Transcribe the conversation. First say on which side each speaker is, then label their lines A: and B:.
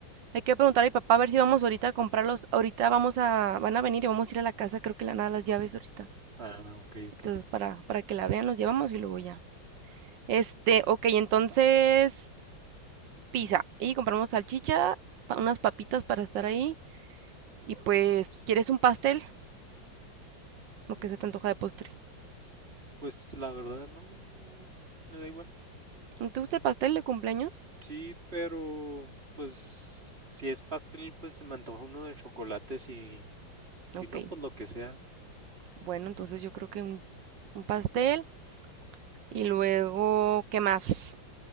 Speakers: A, on the right; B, on the right.
A: Hay que preguntar a mi papá a ver si vamos ahorita a comprarlos. Ahorita vamos a, van a venir y vamos a ir a la casa, creo que le van a dar las llaves ahorita.
B: Ah, ok, ok.
A: Entonces, para, para que la vean, los llevamos y luego ya. Este, ok, entonces... pizza y compramos salchicha, pa- unas papitas para estar ahí y pues quieres un pastel, lo
B: Mm,
A: que se te antoja de postre.
B: pues la verdad no, no, me da igual.
A: ¿No ¿Te gusta el pastel de cumpleaños?
B: Sí, pero pues si es pastel, pues se me antoja uno de chocolate, si, si
A: Ok,
B: no, pues lo que sea.
A: bueno, entonces yo creo que un, un pastel y luego, ¿qué más?